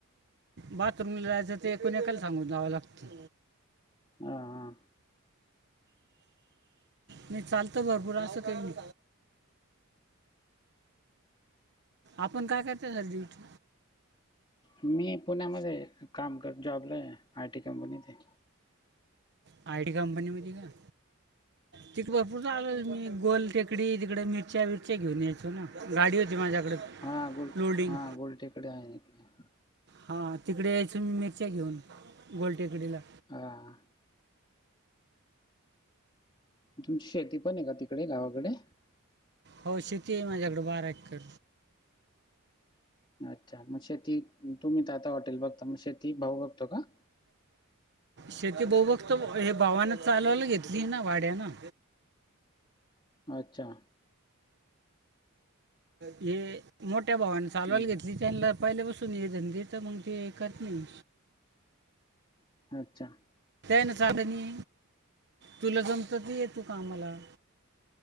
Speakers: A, on the right; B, on the left.
A: बाथरूमला जायचं ते एकूण एकायला सांगून जावं लागतं.
B: हा हा.
A: नाही चालतं भरपूर असं काय नाय. आपण काय करत्या सर ड्युट
B: मी पुण्यामध्ये काम कर जॉबला आहे आय टी कंपनी ते.
A: आय टी कंपनीमध्ये का? तिकडे भरपूर चालं मी गोल टेकडी तिकडे मिरच्या बिरच्या घेऊन यायचो ना, गाडी होती माझ्याकडे.
B: हा गुल
A: लोडिंग
B: हा गोलटेकडी आहे इकडे.
A: हां तिकडे यायचून मिरच्या घेऊन गोलटेकडीला.
B: हां. तुमची शेती पण आहे का तिकडे गावाकडे?
A: हो शेती माझ्याकडे बारा एक्कर.
B: अच्छा मग शेती तुम्ही तर आता हॉटेल बघता म शेती भाऊ बघतो का?
A: शेती भाऊ बघतो हे भावानं चालवायला घेतली ना भाड्याने.
B: अच्छा
A: हे मोठ्या भावाने चालवल
B: हम्म
A: घेतली त्यांनला पहिल्या पाासून ये धंदे तर मग ते करत नाही.
B: अच्छा!
A: त्यानं साधणी तुला जमतं ती ये तू कामला.